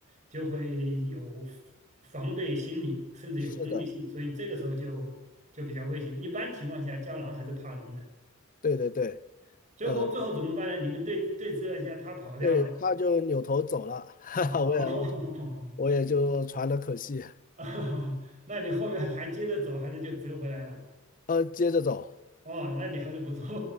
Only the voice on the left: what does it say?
是的，
对对对，
呃，
对，它就扭头走了，<laughs> 哈哈，
我也我也就喘了口气，
呃，接着走。